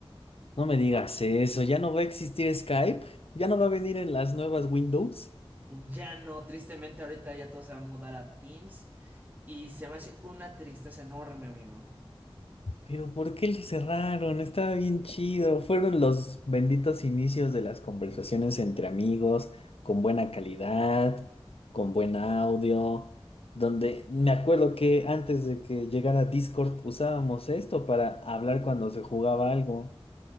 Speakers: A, on the left; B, on the right.
A: No me digas eso. ¿Ya no va a existir Skype? ¿Ya no va a venir en las nuevas Windows?
B: Ya no, tristemente ahorita ya todo se va a mudar a Teams y se me hace una tristeza enorme, amigo.
A: Pero ¿por qué lo cerraron? Estaba bien chido. Fueron los benditos inicios de las conversaciones entre amigos, con buena calidad, con buen audio, donde me acuerdo que antes de que llegara Discord usábamos esto para hablar cuando se jugaba algo.